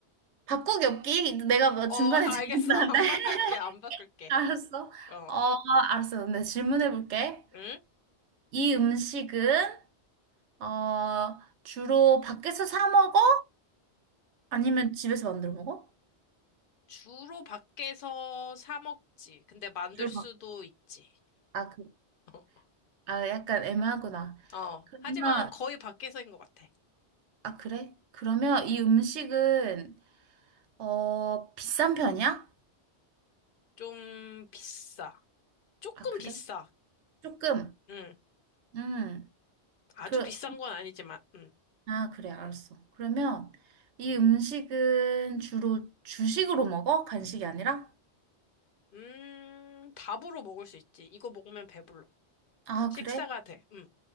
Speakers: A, on the right; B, on the left.
A: 바꾸기 없기? 내가 뭐
B: 어,
A: 중간에
B: <laughs>
A: 질문하는데.
B: 알겠어. 안
A: <laughs>
B: 바꿀게, 안 바꿀게.
A: 알았어.
B: 어,
A: 어, 알았어. 근데 질문해 볼게.
B: 응?
A: 이 음식은, 어, 주로 밖에서 사 먹어? 아니면 집에서 만들어 먹어?
B: 주로 밖에서 사 먹지. 근데 만들
A: 주로
B: 수도
A: 밖.
B: 있지.
A: 아, 그,
B: <laughs>
A: 아, 약간 애매하구나.
B: 어,
A: 그러면,
B: 하지만 거의 밖에서인 것 같아.
A: 아, 그래? 그러면 이 음식은, 어, 비싼 편이야?
B: 좀 비싸. 조금
A: 아, 그래?
B: 비싸.
A: 조금.
B: 응,
A: 음.
B: 아주
A: 그,
B: 비싼 건 아니지만, 응.
A: 아, 그래, 알았어. 그러면 이 음식은 주로 주식으로 먹어? 간식이 아니라?
B: 음, 밥으로 먹을 수 있지. 이거 먹으면 배불러.
A: 아,
B: 식사가
A: 그래?
B: 돼. 응,